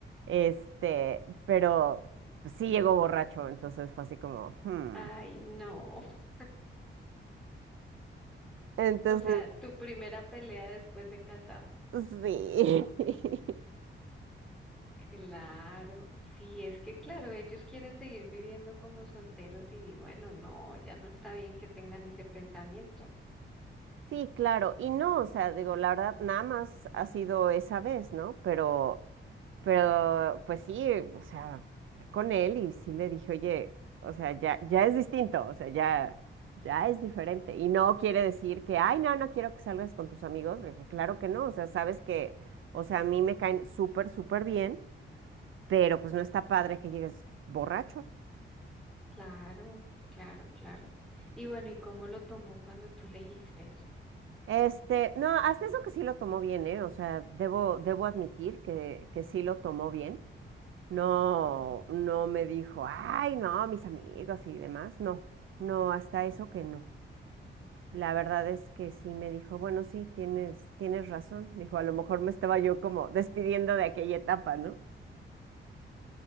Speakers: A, on the right (about 80°); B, in the centre.
A: este, pero pues, sí llegó borracho, entonces fue así como, hmm.
B: Ay, no. <laughs>
A: Entonces,
B: O sea, tu primera pelea después de casada.
A: pues, sí. <laughs>
B: Claro, sí, es que claro, ellos quieren seguir viviendo como solteros y bueno, no, ya no está bien que tengan ese pensamiento.
A: Sí, claro. Y no, o sea, digo, la verdad, nada más ha sido esa vez, ¿no? Pero, pero, pues sí, o sea, hablé con él y sí le dije, oye, o sea, ya, ya es distinto, o sea, ya, ya es diferente. Y no quiere decir que, ay, no, no quiero que salgas con tus amigos. Le dije, claro que no, o sea, sabes que, o sea, a mí me caen súper, súper bien, pero pues no está padre que llegues borracho.
B: Claro, claro, claro. Y bueno, ¿y cómo lo tomó cuando tú leíste eso?
A: Este, no, hasta eso que sí lo tomó bien, ¿eh? O sea, debo, debo admitir que, que sí lo tomó bien. No, no me dijo, ay, no, mis amigos y demás. No, no, hasta eso que no. La verdad es que sí me dijo, bueno, sí, tienes, tienes razón. Dijo, a lo mejor me estaba yo como despidiendo de aquella etapa, ¿no?